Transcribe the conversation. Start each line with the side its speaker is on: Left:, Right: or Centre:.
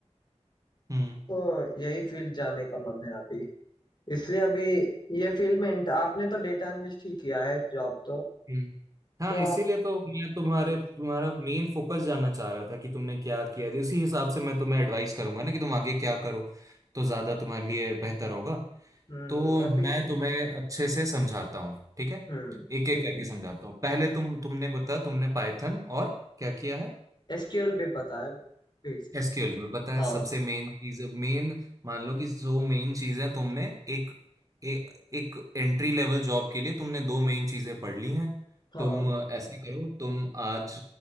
Right: हम्म
Left: तो यही फील्ड जाने का मन है अभी इसलिए अभी ये फील्ड में इंट- आपने तो डेटा एनालिस्ट ही किया है जॉब तो
Right: हम्म। हाँ
Left: तो आप
Right: इसीलिए तो मैं तुम्हारे
Left: हम्म
Right: तुम्हारा मेन फोकस जानना चाह रहा था कि तुमने क्या किया है। उसी हिसाब से मैं तुम्हें एडवाइस करूंगा ना कि तुम आगे क्या करो तो ज्यादा तुम्हारे लिए बेहतर होगा
Left: हम्म,
Right: तो
Left: अभी
Right: मैं तुम्हें अच्छे से समझाता हूँ ठीक है
Left: हम्म
Right: एक एक
Left: ठीक
Right: करके
Left: है
Right: समझाता हूँ पहले तुम तुमने बताया तुमने पाइथन और क्या किया है
Left: एसक्यूएल भी पता है बेसिक्स
Right: एसक्यूएल
Left: से।
Right: पर पता है
Left: हाँ
Right: सबसे मेन चीज मेन मान लो कि दो मेन चीजें तुमने एक ए, एक एंट्री लेवल जॉब के लिए तुमने दो मेन चीजें पढ़ ली हैं
Left: हाँ
Right: तुम ऐसे करो तुम आज